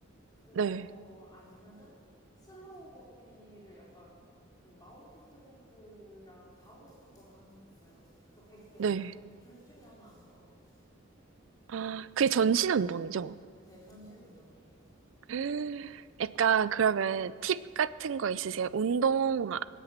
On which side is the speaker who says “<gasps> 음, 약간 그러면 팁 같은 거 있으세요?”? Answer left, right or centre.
Right